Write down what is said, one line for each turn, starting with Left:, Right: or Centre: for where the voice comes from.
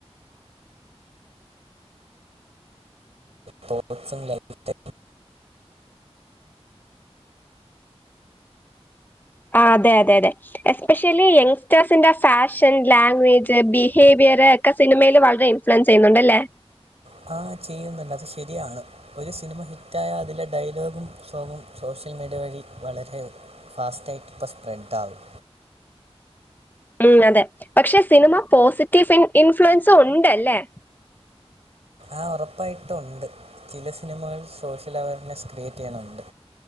Right: തോ <unintelligible>
Left: ആഹ് അതെ അതെ അതെ. എസ്പെഷ്യലി യങ്സ്റ്റേഴ്സിന്റെ ഫാഷൻ, ലാംഗ്വേജ്, ബിഹേവിയർ, ക്കെ സിനിമയില് വളരെ ഇൻഫ്ലുവൻസ് ചെയ്യുന്നുണ്ടല്ലേ?
Right: ഹാഹ് ചെയ്യുന്നുണ്ട് അത് ശരിയാണ്. ഒരു സിനിമ ഹിറ്റായാ അതിലെ ഡയലോഗും സോങ്ങും സോഷ്യൽ മീഡിയ വഴി വളരെ ഫാസ്റ്റായിട്ട് പ്പ സ്പ്രെഡാവും.
Left: ഉം അതെ പക്ഷെ സിനിമ പോസിറ്റീഫിൻ ഇൻഫ്ലുവൻസും ഉണ്ടല്ലേ?
Right: ആഹ് ഉറപ്പായിട്ടു ഉണ്ട്. ചില സിനിമകൾ സോഷ്യൽ അവെയർനെസ് ക്രിയേറ്റ് ചെയ്യ്ണുണ്ട്.